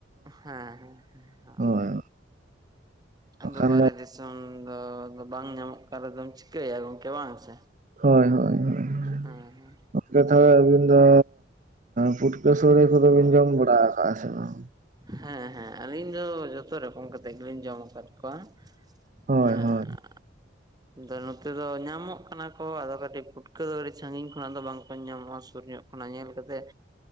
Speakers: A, on the right (about 20°); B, on the right (about 40°).
A: ᱦᱮᱸ ᱦᱮᱸ ᱦᱮᱸ᱾
B: ᱦᱳᱭ ᱵᱟᱠᱷᱟᱱ
A: ᱟᱫᱚ ᱵᱟᱦᱨᱮ
B: ᱫᱚ
A: ᱫᱤᱥᱚᱢ ᱫᱚ ᱟᱫᱚ ᱵᱟᱝ ᱧᱟᱢᱚᱜ ᱠᱟᱱᱟ ᱨᱮᱫᱚᱢ ᱪᱤ ᱠᱟᱹᱭᱟ ᱜᱚᱝᱠᱮ ᱵᱟᱝ ᱥᱮ
B: ᱦᱳᱭ ᱦᱳᱭ ᱦᱳᱭ
A: ᱦᱮᱸ ᱦᱮᱸ᱾
B: ᱜᱚᱝᱠᱮ ᱛᱟᱦᱞᱮ ᱟᱹᱵᱤᱱ ᱫᱚ ᱯᱷᱩᱴᱠᱟᱹ ᱮᱸ ᱥᱳᱸᱲᱮ ᱠᱚᱫᱚ ᱵᱤᱱ ᱡᱚᱢ ᱵᱟᱲᱟ ᱠᱟᱜᱼᱟ ᱥᱮ ᱵᱟᱝ?
A: ᱦᱮᱸ ᱦᱮᱸ ᱟᱹᱞᱤᱧ ᱫᱚ ᱡᱷᱚᱛᱚ ᱨᱚᱠᱚᱢ ᱠᱟᱛᱮᱫ ᱜᱮᱞᱤᱧ ᱡᱚᱢ ᱠᱟᱫ ᱠᱚᱣᱟ᱾
B: ᱦᱳᱭ
A: ᱦᱮᱸ
B: ᱦᱳᱭ᱾
A: ᱟᱫᱚ ᱱᱚᱛᱮ ᱫᱚ ᱧᱟᱢᱚᱜ ᱠᱟᱱᱟ ᱠᱚ ᱟᱫᱚ ᱠᱟᱹᱴᱤᱡ ᱯᱩᱴᱠᱟᱹ ᱫᱚ ᱠᱟᱹᱴᱤᱡ ᱥᱟᱸᱜᱤᱧ ᱠᱷᱚᱱ ᱟᱜ ᱫᱚ ᱵᱟᱝ ᱠᱚ ᱧᱟᱢᱚᱜᱼᱟ ᱥᱩᱨ ᱧᱚᱜ ᱠᱷᱚᱱᱟᱜ ᱧᱮᱞ ᱠᱟᱛᱮᱜ